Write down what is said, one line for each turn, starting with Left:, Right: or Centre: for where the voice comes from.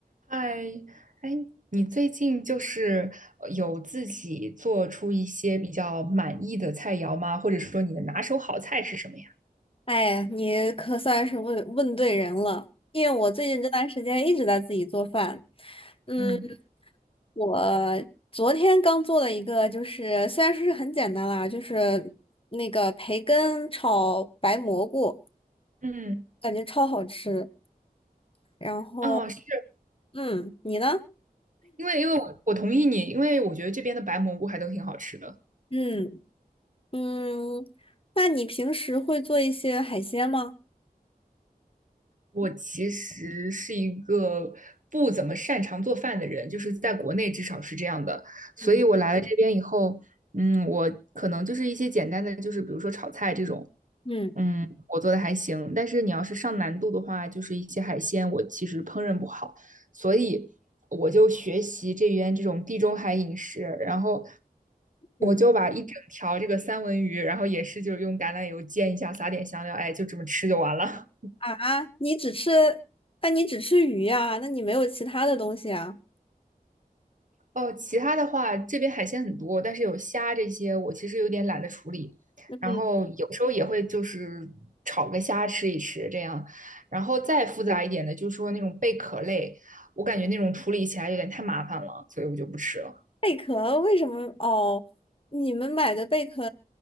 Right: 嗨，哎，你最近就是呃有自己做出一些比较满意的菜肴吗？或者说你的拿手好菜是什么呀？
Left: 哎，你可算是问问对人了，因为我最近这段时间一直在自己做饭。嗯，
Right: 嗯，
Left: 我昨天刚做了一个，就是虽然说是很简单啦，就是那个培根炒白蘑菇，
Right: 嗯，
Left: 感觉超好吃。然后，
Right: 哦，是
Left: 嗯，你呢？
Right: 因为因为我我同意你，因为我觉得这边的白蘑菇还都挺好吃的。
Left: 嗯嗯，那你平时会做一些海鲜吗？
Right: 我其实是一个不怎么擅长做饭的人，就是在国内至少是这样的，所以我来了这边以后，
Left: 嗯
Right: 嗯，我可能就是一些简单的，就是比如说炒菜这种，
Left: 嗯
Right: 嗯，我做的还行，但是你要是上难度的话，就是一些海鲜，我其实烹饪不好，所以我就学习这边这种地中海饮食，然后我就把一整条这个三文鱼，
Left: 嗯
Right: 然后也是就是用橄榄油煎一下，撒点香料，哎，就这么吃就完了。
Left: 啊，你只吃，那你只吃鱼呀？那你没有其他的东西啊？
Right: 哦，其他的话，这边海鲜很多，但是有虾这些，我其实有点懒得处理。
Left: 嗯
Right: 然后有时候也会就是炒个虾吃一吃这样。然后再复杂一点的，就是说那种贝壳类，我感觉那种处理起来有点太麻烦了，所以我就不吃了。
Left: 贝壳为什么？哦，你们买的贝壳，